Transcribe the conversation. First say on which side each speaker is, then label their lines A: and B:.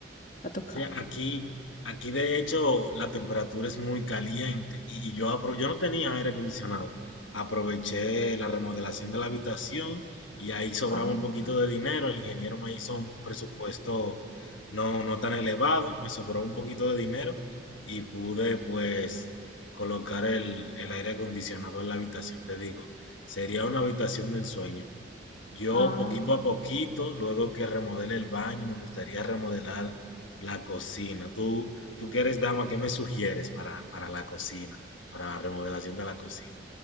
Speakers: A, on the left (about 45°); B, on the left (about 85°).
A: Va a tocar.
B: Sí, aquí, aquí de hecho la temperatura es muy caliente y, y yo, apro- yo no tenía aire acondicionado. Aproveché la remodelación de la habitación y ahí sobraba
A: Ajá.
B: un poquito de dinero. El ingeniero me hizo un presupuesto no, no tan elevado, me sobró un poquito de dinero y pude pues colocar el, el aire acondicionado en la habitación, te digo. Sería una habitación de ensueño. Yo
A: Ah,
B: poquito a poquito, luego que remodele el baño, me gustaría remodelar la cocina. Tú, tú que eres dama, ¿qué me sugieres para, para la cocina, para la remodelación de la cocina?